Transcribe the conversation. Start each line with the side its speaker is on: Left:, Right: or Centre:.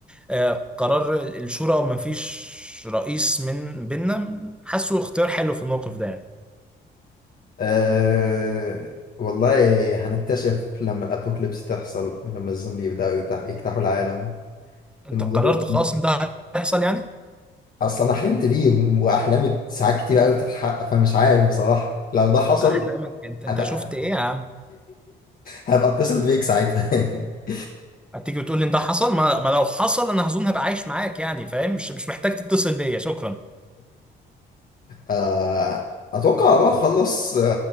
Centre: آه، قرار الشورى وما فيش رئيس من بيننا حاسه اختيار حلو في الموقف ده يعني
Left: أه والله هنكتشف لما الأبوكليبس تحصل ولما الزومبي يبدأوا يجت- يجتاحوا العالم
Centre: انت
Left: الموضوع
Centre: قررت
Left: ده
Centre: خلاص ان ده هيحصل يعني
Left: أصلا أنا حلمت بيه وأحلامي ساعات كتير أوي بتتحقق فمش عارف بصراحة لو ده حصل
Centre: احلامك انت انت
Left: هبقى
Centre: شفت
Left: <laughs>
Centre: ايه يا عم
Left: هبقى أتصل بيك ساعتها <laughs>
Centre: هتيجي وتقول لي ان ده حصل ما, ما لو حصل انا هظن هبقى عايش معاك يعني فاهم مش مش محتاج تتصل بيا شكرا
Left: أه أتوقع أروح أخلص